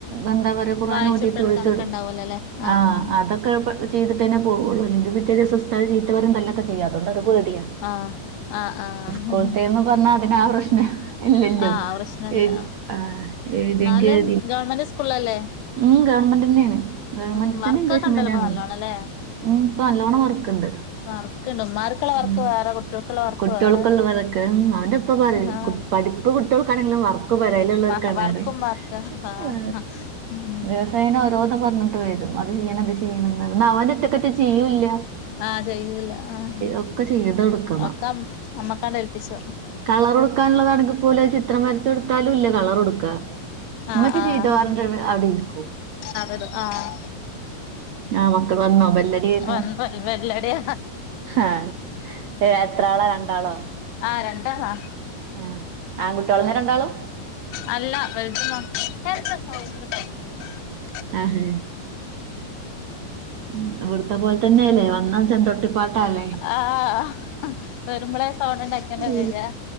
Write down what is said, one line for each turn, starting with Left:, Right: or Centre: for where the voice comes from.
Right: എന്താപറയാ ഖുറാഹാനോതി
Left: വായിച്ചുട്ടൊടുക്കാനൊക്കെ
Right: വോയിസ്‌ വിടും
Left: ഉണ്ടാവൂലല്ലേ ആഹ്
Right: ആഹ
Left: ആഹ്
Right: അതൊക്കെ.. ഒക്കെ ചെയ്തിട്ടെ തന്നെ പോകയുള്ളൂ അല്ലെങ്കിൽപിറ്റേ ദിവസം ഉസ്താദ് ചീത്തപറയു തല്ലൊക്കെ ചെയ്യാഅതോണ്ട് അത് പേടിയാണ്.
Left: ആഹ് ആഹ് ആഹ്
Right: സ്കൂളത്തെന്ന് പറഞ്ഞാ അതിനാആ പ്രശ്നം ഇല്ലല്ലോ.
Left: ആഹ് പ്രശ്നല്ല
Right: ഏ ആഹ് ഏഴുതിയങ്കി
Left: എന്നാലും
Right: <unintelligible>
Left: ഗവൺമെന്റ് സ്കൂളിലല്ലേ
Right: ഉ ഗവൺമെന്റ് തന്നെയാണ് ഗവണ്മെന്റ്
Left: ഉം വർക്കൊക്കെ
Right: തന്നെ ഇംഗ്ലീഷ്
Left: ഉണ്ടല്ലോ
Right: മീഡിയം.
Left: ഇപ്പൊ നല്ലോണല്ലേ
Right: ഉ ഇപ്പൊ നല്ലോണ്ണം വർക്ക്ണ്ട്.
Left: വർക്ക്ണ്ട് ഉമ്മാർക്കുള്ള വർക്ക്
Right: മം
Left: വേറെ കുട്ടികൾക്കുള്ള വർക്ക്
Right: കുട്ടികൾക്കുള്ളതൊക്ക
Left: വേറെ
Right: ഓന്റെ ഇപ്പ പറയ
Left: ആഹ്
Right: പടി.. ഇപ്പ കുട്ടികൾക്കാണെങ്കിലും വർക്ക് പരയിൽ ഉള്ളോർക്കണന്നു
Left: മ വർക്കും
Right: പറയും
Left: വർക്ക ആഹ്
Right: ആ
Left: ഉം
Right: ദിവസ് ഇങ്ങനെ ഓരോന്നന്ന് പറഞ്ഞിട്ട് വരും അത് ചെയ്യണം അത് ചെയ്യണം അവൻഒറ്റക്ക് റ്റേ ചെയ്യൂല്ല
Left: ആഹ് ചെയ്യൂല ആഹ്
Right: ഒക്കെ ചെയ്ത് കൊടുക്കണം
Left: ഒക്കെ അമ്മക്കാണ്ട് ഏൽപ്പിച്ചു
Right: കളർ കൊടുക്കാനുള്ളതാണെങ്കിൽ പോലെ ചിത്രം വരച്ച കൊടുത്താലും ഇല്ല കളർ കൊടുക്കുക ഇമ്മച്ചി
Left: ആഹ് ആഹ്
Right: ചെയ്തോ ന്ന് പറഞ്ഞിട്ട് അവിടെ ഇരിക്കും
Left: അതെടും ആഹ്
Right: ആഹ മക്കൾ വന്നോ ബെല്ലടി കേക്കണ
Left: വന്ന് വൽ വെല്ലടിയ
Right: ആഹ ഏ എത്ര ആളാ രണ്ടാളോ
Left: ആ രണ്ടാളാ
Right: ആ് ആൺകുട്ടികളന്നെ രണ്ടാളും
Left: അല്ല രണ്ട് <unintelligible>
Right: ആഹഹ ഉ ഇവിടത്തെ പോലെ തന്നെയ അല്ലേ വന്നാ ചെണ്ടൊട്ട് പാട്ടല്ലേ
Left: ആഹ് വരുമ്പളേ സൗണ്ട് ഇണ്ടാക്കിയാണ്ട
Right: ഉ
Left: വരാ